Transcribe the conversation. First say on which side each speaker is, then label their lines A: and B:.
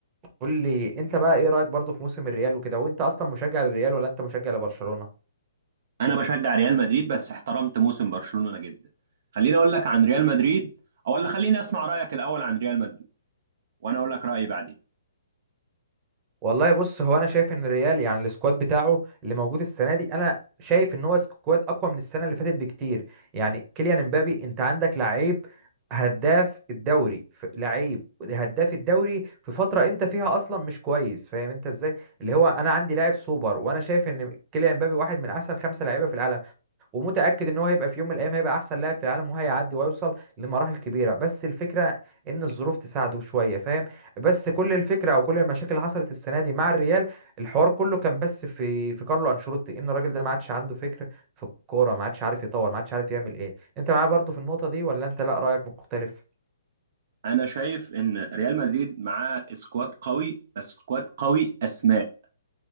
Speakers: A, on the right; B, on the right.
A: قول لي انت بقى ايه رايك برضو في موسم الريال وكده وانت اصلا مشجع للريال ولا انت مشجع لبرشلونه
B: انا بشجع ريال مدريد بس احترمت موسم برشلونة جدا خليني اقول لك عن ريال مدريد او ولا خليني اسمع رايك الاول عن ريال مدريد وانا اقول لك رايي بعدين
A: والله بص هو انا شايف ان الريال يعني السكواد بتاعه اللي موجود السنه دي انا شايف ان هو سكواد اقوى من السنه اللي فاتت بكتير يعني كيليان امبابي انت عندك لعيب هداف الدوري ف- لعيب هداف الدوري في فتره انت فيها اصلا مش كويس فاهم انت ازاي اللي هو انا عندي لاعب سوبر وانا شايف ان كيليان امبابي واحد من احسن خمسه لعيبه في العالم ومتأكد ان هو هيبقى في يوم من الايام هيبقى احسن لاعب في العالم وهيعدي وهيوصل لمراحل كبيرة بس الفكرة ان الظروف تساعده شوية فاهم بس كل الفكرة او كل المشاكل اللي حصلت السنة دي مع الريال الحوار كله كان بس في في كارلو انشيلوتي ان الراجل ده ما عادش عنده فكر في الكورة ما عادش عارف يطور ما عادش عارف يعمل ايه انت معايا برضو في النقطة دي ولا انت لا رأيك مختلف
B: انا شايف ان ريال مدريد معاه سكواد قوي بس سكواد قوي اسماء